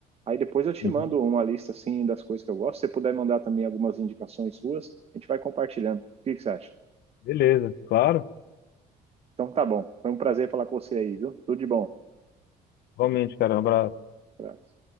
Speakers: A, on the right; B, on the left.
A: Aí depois eu te
B: Uhum.
A: mando uma lista assim das coisas que eu gosto. Se você puder mandar também algumas indicações suas, a gente vai compartilhando. O que que você acha?
B: Beleza, claro.
A: Então tá bom. Foi um prazer falar com você aí, viu? Tudo de bom.
B: Igualmente, cara. Um abraço.
A: Abraço.